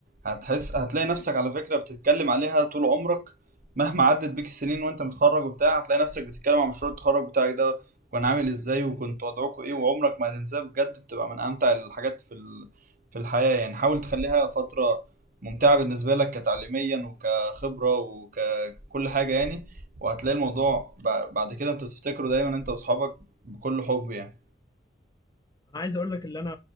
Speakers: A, on the right (about 50°); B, on the left (about 20°).
A: هتحس هتلاقي نفسك على فكرة بتتكلم عليها طول عمرك مهما عدت بيك السنين وانت متخرج وبتاع هتلاقي نفسك بتتكلم عن مشروع التخرج بتاعك ده كان عامل ازاي وكنت وضعكوا ايه وعمرك ما هتنساه بجد بتبقى من امتع الحاجات في ال في الحياة يعني حاول تخليها فترة ممتعة بالنسبة لك كتعليميا وكخبرة وككل حاجة يعني وهتلاقي الموضوع ب- بعد كده انت بتفتكره دايما انت واصحابك بكل حب يعني
B: انا عايز اقول لك ان انا